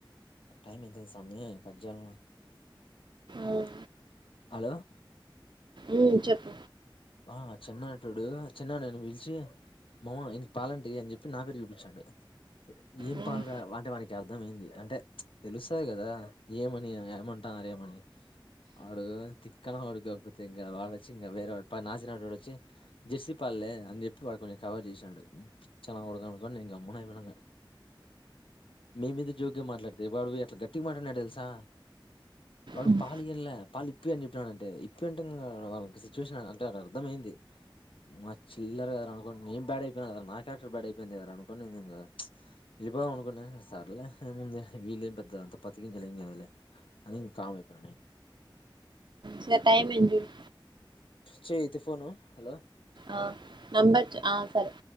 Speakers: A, on the left; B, on the right.
A: టైమెంతైంది సామీ కడ్జెయ్ల్న. ఆ
B: ఉమ్,
A: అలొ.
B: ఊమ్ చెప్
A: వా చిన్నాటుడు చిన్నానని పిలిచి మామ యీన్కి పాలంటెయ్ అన్ జెప్పి నా పేరు చూపిచ్చాండు. ఏం
B: ఉమ్,
A: పాల్రా వంటె వాన్కర్థమైంది అంటె చ్ తెలుస్తాద్ గదా ఏమని యామంట నారేమని ఆడు తిక్కనాకొడుగ్గాకపోతే ఇంగ వాడొచ్చి ఇంగ వేరే వాడ్ ప నాసినాటోడొచ్చి జెస్సీ పాల్లే అన్ జెప్పి వాడ్ కొంచెం కవర్ చేసిండు మ్ పిచ్చ నాకొడుకని నేని గమ్మునైపోయినింగ. మేమేదొ జోక్గ మాట్లాడ్తె వాడు ఎట్ల గట్టిగ్ మాట్లాన్నాడొ దెల్సా. వాడు
B: ఉమ్,
A: పాలీ అన్ల పాలిప్పి అన్ జెప్పినాడంటె ఇప్పి అంటె ఇంగ వాళ్ళకి సిచ్యువేషన్ అ ట్టా అర్థమైంది. మా చిల్లర్ గదరా అన్కోని నేను బ్యాడైపోయినా గదా నా క్యారెక్టర్ బ్యాడైపోయింది గద రా అనుకోని నేనింగ. దిపోదామనుకున్నా ఇంగ సర్లే ఏముందే వీల్లేం పెద్ద అంత పత్తి గింజలేం కాద్లె అని ఇంకామైపోయ్ మ్.
B: సార్ టైమైంది జూడు.
A: చెయ్ ఐతే ఫోను హలో.
B: ఆ నెంబర్ చ్ ఆ సరె.